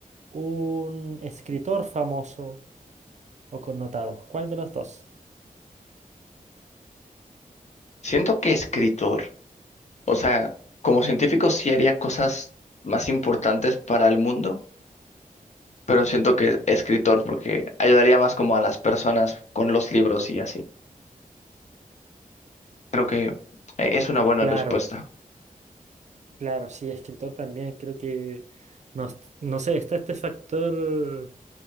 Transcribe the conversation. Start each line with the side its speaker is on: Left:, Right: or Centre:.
Right: un escritor famoso o connotado? ¿Cuál de los dos?
Left: Siento que escritor, o sea, como científico sí haría cosas más importantes para el mundo pero siento que escritor porque ayudaría más como a las personas con los libros y así. Creo que eh, es una buena
Right: Claro.
Left: respuesta.
Right: Claro, sí, escritor también, creo que, no, no sé, está este factor